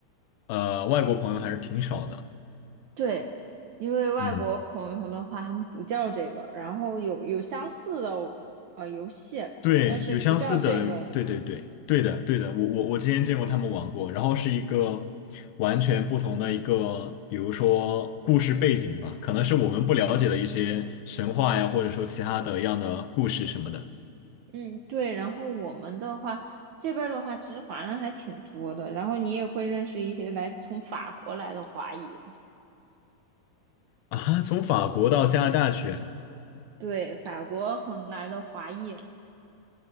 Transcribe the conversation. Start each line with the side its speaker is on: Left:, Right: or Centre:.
Left: 呃外国朋友还是挺少的。
Right: 对，因为外国朋友的话，
Left: 嗯。
Right: 他们不叫这个，然后有有相似的呃游戏，
Left: 对，
Right: 但是不叫这个。
Left: 有相似的，对对对，对的对的，我我我之前见过他们玩过，然后是一个完全不同的一个，比如说故事背景吧，可能是我们不了解的一些神话呀，或者说其他的一样的故事什么的
Right: 嗯，对。然后我们的话，这边儿的话，其实华人还挺多的，然后你也会认识一些来从法国来的华裔。
Left: 啊。从法国到加拿大去
Right: 对，法国很来的华裔，